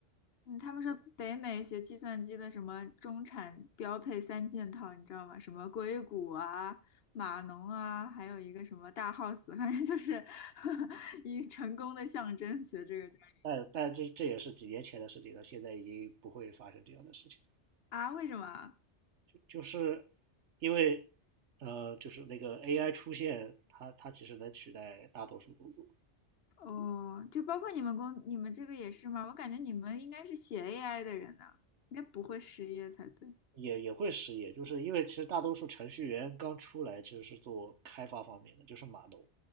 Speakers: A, on the left (about 60°); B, on the right (about 75°).
A: 嗯，他们说北美学计算机的什么中产标配三件套，你知道吗？什么硅谷啊、码农啊，还有一个什么大 house，反正就是 <laughs> 一成功的象征。学这个专业
B: 但但这这也是几年前的事情了，现在已经不会发生这样的事情，
A: 啊？为什么啊
B: 就是因为呃，就是那个 AI 出现，它它其实能取代大多数工作，
A: 哦，就包括你们公，你们这个也是吗？我感觉你们应该是写 AI 的人呐、应该不会失业才对。
B: 也也会失业，就是因为其实大多数程序员刚出来其实是做开发方面的，就是码农